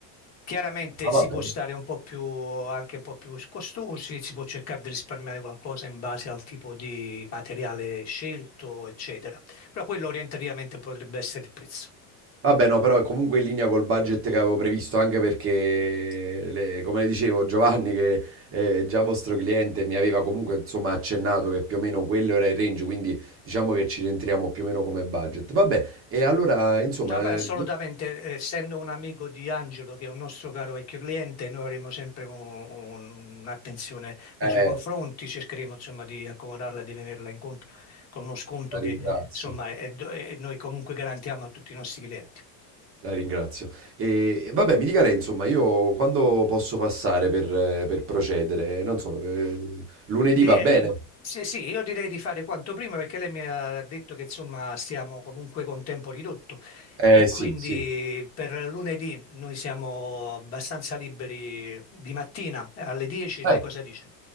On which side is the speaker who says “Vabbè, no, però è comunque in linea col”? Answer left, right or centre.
Right